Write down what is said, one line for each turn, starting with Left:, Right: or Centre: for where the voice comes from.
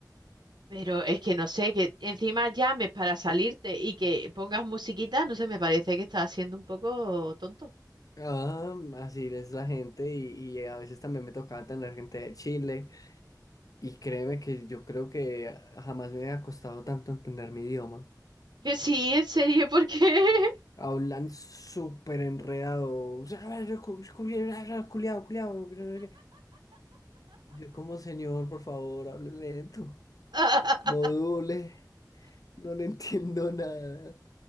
Right: pero es que no sé, que encima llames para salirte y que pongas musiquita, no sé, me parece que estás siendo un poco tonto.
Left: Ah, así es la gente y, y a veces también me tocaba tener gente de Chile. Y créeme que yo creo que jamás me había costado tanto entender mi idioma.
Right: Que sí, en serio, ¿por qué?
Left: Hablan súper enredado. Culeado, culeado. culeado, que no sé qué. Yo como señor, por favor, hable lento.
Right: <laughs>
Left: Module. No le <laughs> entiendo nada.